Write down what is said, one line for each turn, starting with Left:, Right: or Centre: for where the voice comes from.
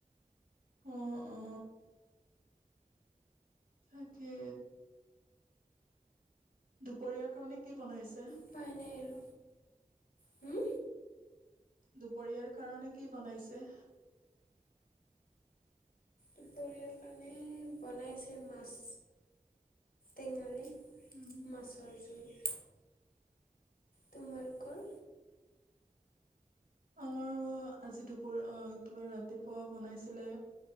Right: উম, উম। তাকে। দুপৰীয়াৰ কাৰণে কি বনাইছে?
Left: উপায় নাই আৰু। হুম
Right: দুপৰীয়াৰ কাৰণে কি বনাইছে?
Left: দুপৰীয়াৰ কাৰণে বনাইছে মাছ, টেঙাৰে।
Right: উম,
Left: মাছৰ জোল। তোমালোকৰ?
Right: আমাৰ আজি দুপৰ অ কিবা ৰাতিপুৱা বনাইছিলে।